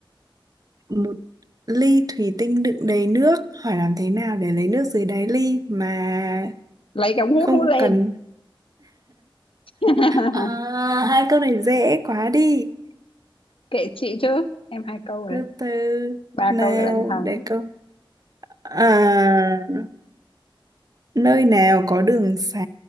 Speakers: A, on the right (about 45°); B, on the left (about 80°).
A: một ly thủy tinh đựng đầy nước hỏi làm thế nào để lấy nước dưới đáy ly mà
B: lấy cái ống hút
A: không
B: hút lên
A: cần
B: <laughs>
A: à, hai câu này dễ quá đi
B: kệ chị chứ em hai câu rồi
A: từ
B: đấy
A: từ
B: ba
A: nào
B: câu rồi là em thắng
A: để câu à Nơi nào có đường xá